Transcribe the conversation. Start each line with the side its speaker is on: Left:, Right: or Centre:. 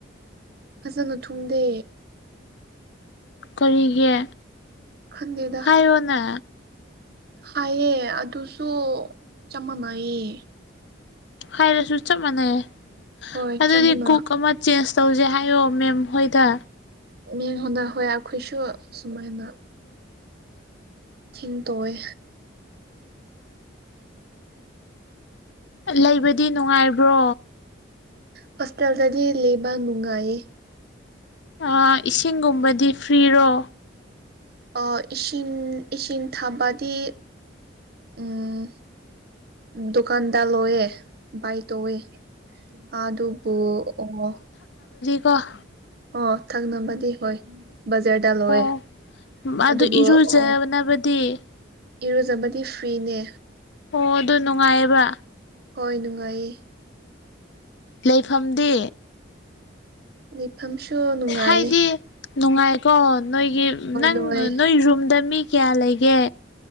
Right: ꯐꯖꯅ ꯊꯣꯡꯗꯦ꯫
Left: ꯀꯔꯤꯒꯤ
Right: ꯈꯟꯗꯦꯗ
Left: ꯍꯥꯏꯔꯣꯅꯦ꯫
Right: ꯍꯥꯏꯌꯦ ꯑꯗꯨꯁꯨ ꯆꯞ ꯃꯥꯟꯅꯌꯦ꯫
Left: ꯍꯥꯏꯔꯁꯨ ꯆꯞ ꯃꯥꯟꯅꯩꯌꯦ
Right: ꯍꯣꯏ
Left: ꯑꯗꯨꯗꯤ
Right: ꯆꯞ ꯃꯥꯟꯅ
Left: ꯀꯨꯛ ꯑꯃ ꯆꯦꯟꯁ ꯇꯧꯖꯦ ꯍꯥꯏꯌꯣ ꯃꯦꯝ ꯍꯣꯏꯗ꯫
Right: ꯃꯤ ꯍꯣꯟꯗ ꯍꯣꯏ ꯑꯩꯈꯣꯏꯁꯨ ꯁꯨꯃꯥꯏꯅ ꯊꯤꯅ ꯇꯧꯏ꯫
Left: ꯂꯩꯕꯗꯤ ꯅꯨꯡꯉꯥꯏꯕ꯭ꯔꯣ
Right: ꯍꫭꯁꯍ‌ꯦꯜ ꯗꯥꯗꯤ ꯂꯦꯕꯥ ꯅꯨꯡꯉꯥꯏꯌ‌ꯦ
Left: ꯑꯥ ꯏꯁꯤꯡꯒꯨꯝꯕꯗꯤ ꯐ꯭ꯔꯤꯔꯣ
Right: ꯑꯥ ꯏꯁꯤꯡ ꯏꯁꯤꯡ ꯊꯥꯕꯗꯤ ꯎꯝ ꯗꯨꯀꯥꯟꯗꯥ ꯂꫭꯏꯋꯦ ꯕꯥꯏ ꯇꯧꯋꯦ ꯑꯥ ꯑꯗꯨꯕꯨ ꯑꯣ
Left: ꯑꯥ
Right: ꯑꯣ ꯊꯪꯅꯕꯗꯤ ꯍꫭꯏ ꯕꯖꯥꯔꯗ ꯂꯣꯏꯑꯦ
Left: ꯑꯣ ꯑꯗꯨ
Right: ꯑꯗꯨꯕꯨ
Left: ꯏꯔꯨꯖꯅꯕꯗꯤ
Right: ꯑꯣ ꯏꯔꯨꯖꯕꯗꯤ ꯐ꯭ꯔꯤꯅꯦ
Left: ꯑꯣ ꯑꯗꯨ ꯅꯨꯡꯉꯥꯏꯌꯦꯕ
Right: ꯍꯣꯏ ꯅꯨꯡꯉꯥꯏꯌꯦ
Left: ꯂꯩꯐꯝꯗꯤ
Right: ꯂꯩꯐꯝꯁꯨ ꯅꯨꯡꯉꯥꯏꯌ‌ꯦ
Left: ꯍꯥꯏꯗꯤ ꯅꯨꯡꯉꯥꯏꯀꯣ ꯅꯣꯏꯒꯤ ꯅꯪ
Right: ꯂꯣꯏ
Left: ꯅꯣꯏ ꯔꯨꯝꯗ ꯃꯤ ꯀꯌꯥ ꯂꯩꯒꯦ